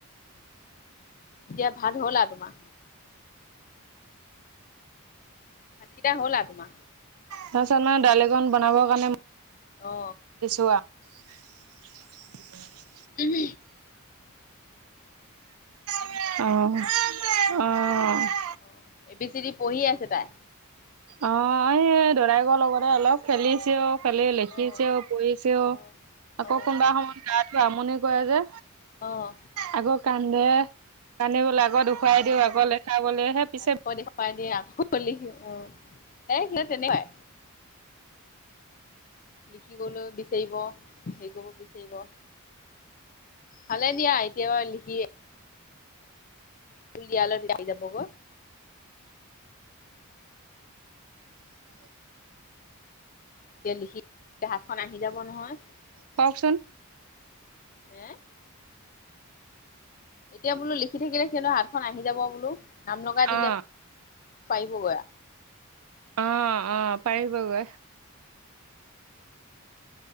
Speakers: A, on the left; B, on the right.
A: এতিয়া ভাল হ'ল আৰু তোমাৰ এতিয়া হ'লা তোমা
B: তাৰিছত নই দালিকন বনাব কাৰণেছো
A: অ
B: আৰু <unintelligible>
A: আহ
B: অঁ অঁ
A: অ এ বি চি ডি পঢ়ি আছে তাই
B: অ, এই দৰাইগ লগতে অলপ খেলিছিয় ফালে লিখিছেও
A: অ
B: পঢ়িছেও
A: অ
B: আকৌ কোনোবা সময়ত গাটো আমনি কৰে যে
A: আহ
B: আকৌ কান্দে কান বো আগত উুখুৱাই
A: অ'
B: দিওঁ আগৰ লেখাাবলেহে পিছে
A: আকৌ দেখুৱাই <unintelligible> অ, এ সি তেনেকাই লিখিবলৈ বিচাৰিব হেৰি কৰিব বিচাৰিব ভালে দিয়া এতিয় বাৰ লিখিয় লালাপক
B: হয়
A: এয়া লিখি হাতখন আহি যাব নহয়
B: কওকচোন
A: হে এতিয়া বোলো লিখি থাকিলে সিহঁত হাতখন আহি যাব বোলো নাম লগাই দিলে
B: অ',
A: পাৰিবগ
B: অ', অ', পাৰিবগৈ।